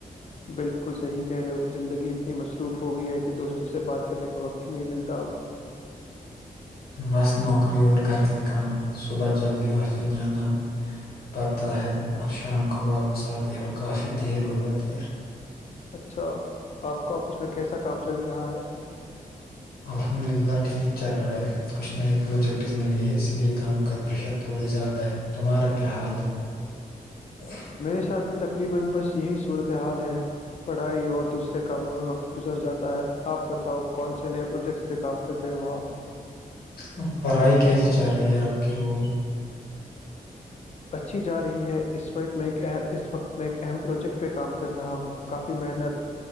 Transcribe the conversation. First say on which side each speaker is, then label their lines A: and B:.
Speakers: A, on the left; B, on the left.
A: بالکل صحیح کہہ رہے ہو زندگی اتنی مصروف ہو گئی ہے کہ دوستوں سے بات کرنے کا وقت ہی نہیں ملتا اب
B: بس نوکری اور گھر کے کام صبح جلدی آفس جانا پڑتا ہے اور شام کو واپس آتے ہیں اور کافی دیر ہو جاتے ہیں
A: اچھا آپ کا آفس میں کیسا کام چل رہا ہے <unintelligible>
B: الحمد للہ ٹھیک چل رہا ہے کچھ نئے پروجیکٹز ملے ہیں اسی لئے کام کا پریشر تھوڑے زیادہ ہے تمہارا کیا حال ہے <unintelligible>
A: میرے ساتھ بھی تقریبا بس یہی صورتحال ہے پڑھائی اور دوسرے کاموں میں وقت گزر جاتا ہے آپ بتاؤ کون سے نئے پروجیکٹس پہ کام کر رہے ہو آپ
B: اب پڑھائی کیسی چل رہی ہے آپ کی وہ
A: اچھی جا رہی ہے اس وقت میں ایک اس وقت میں ایک اہم پروجیکٹ پہ کام کر رہا ہوں کافی محنت